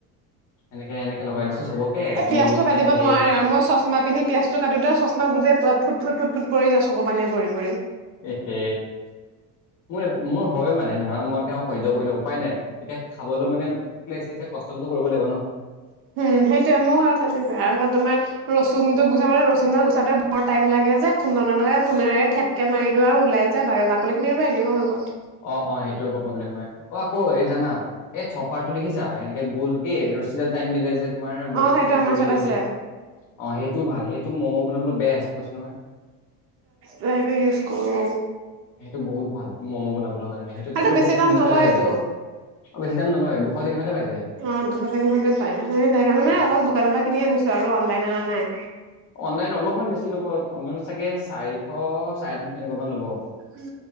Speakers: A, on the left; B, on the right.
A: এনেকে এনেক লগাই দিছো। চবকে
B: এ পিয়াজটো
A: মিলি কিনে
B: কাটিব
A: ধেৰ
B: নোৱাৰে
A: খাইছো
B: আৰু মই চশমা পিন্ধি পিয়াজটো কাটোতেই চশমা গোটেই ফুট ফুট ফুট।। পৰি যায় চকু পানী পৰি পৰি।
A: এ হে মোৰ মোৰ। হয় মানে ধৰা মই তেওঁ সহ্য কৰি লওঁ উপায় নাই। এতিয়া খাবলৈ মানে ভোক লাগিছে যেতিয়া কষ্টটোতো কৰিব লাগিব ন।
B: উম সেইটোয়ে মোৰ আৰু তেনেকুৱাই আকৌ তোমাৰ ৰচুনটো গুছাবলৈ ৰচুনডাল গুচাওঁতে বৰ টাইম লাগে যে খুন্দনাডালে খুন্দনেৰে থেপকে মাৰি দিওঁ আৰু ওলাই যায় বা বাকলি উলিয়াই দিও হৈ গল
A: অঁ অঁ সেইটো আকৌ প্ৰব্লেম হয় অঁ। অঁ এই জানা এই ছপাৰ টো দেখিছা এনেকে গোল কে ৰছীডাল টান দিলে যে। তোমাৰ গোটেইখিনি
B: অ সেইটো আমাৰ
A: গুৰি
B: ওচৰত
A: হৈ
B: আছে
A: যায় অঁ সেইটো ভাল সেইটো ম'ম' বনাবলৈ বেষ্ট কৈছোঁ নহয়।
B: সেইটো ইউজ কৰো।
A: সেইটো বহুত ভাল। উম। সেইটোত
B: সেইটো
A: মানে
B: বেছি
A: বহুত
B: দাম
A: সোনকালে
B: নলয়তো
A: হৈ যায় বেছি দাম নলয় দু। দুশ তিনিশতে পাই যাম।
B: অঁ দুশ, তিনিশতে পায় আমি কাৰণে
A: উম।
B: নাই অকল দোকানৰ পৰা কিনি আনিছো আৰু অনলাইন আনা নাই।
A: অনলাইন অলপমান বেছি লব অনলাইনত চাগে চাৰিশ চাৰে। তিনিশ এনেকুৱা মান ল'ব
B: উ